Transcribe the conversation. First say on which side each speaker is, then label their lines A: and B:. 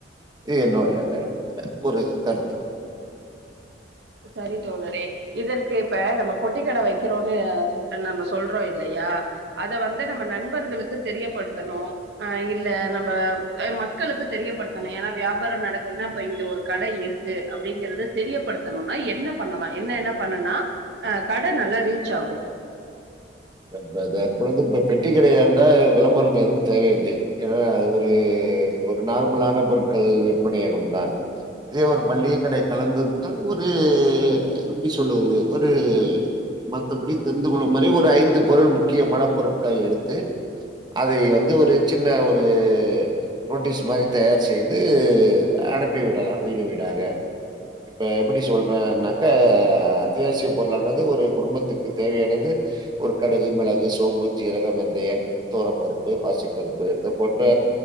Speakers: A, on the right (about 25°); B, on the right (about 70°).
A: இது என்னோட ஒரு கருத்து
B: சரி தோழரே இதற்கு இப்ப நம்ம பொட்டிக்கட வக்கிறோனு நம்ம சொல்றோ இல்லை யா அத வந்து நம்ம நண்பர்களுக்கு தெரியப்படுத்தணு அ இல்ல நம்ப அ மக் களுக்கு தெரியப்படுத்தணு ஏனா வியாபாரோ நடக்கனுனா அப்ப இங்க ஒரு கடை இருக்கு அப்டிங்கறத தெரியப்படு த்தனுனா என்ன பண்ணலா என்ன என்ன பண்ணுனா அ கட நல்லா ரீச் ஆகு
A: ப ப தற்பொழுது பெட்டி கடை என்றால் விளம்பரம் எதுவும் தேவையில்லை ஏனா அது ஒரு ஒரு நார்மலான பொருட்கள் விற்பனையகம் தான் இதே ஒரு மள்ளிகை கடை கலந்துருந்தால் ஒரு எப்பிடி சொல்லுவது ஒரு மத்தபடி தெரிந்து கொள்ளும் வரை ஒரு ஐந்து பொருள் முக்கியமான பொருட்களை எடுத்து அதை வந்து ஒரு சின்ன ஒரு நோட்டீஸ் மாரி தயார் செய்து அனுப்பி விடலாம் வீடு வீடாக இப்ப எப்படி சொல்றேனாக்கா அத்தியாவசிய பொருளானது ஒரு குடும்பத்திற்கு தேவையானது ஒரு கடுகு மிளகு சோம்பு ஜீரகம் வெந்தயம் துவரம் பருப்பு பாசிப்பருப்பு இத போட் இந்த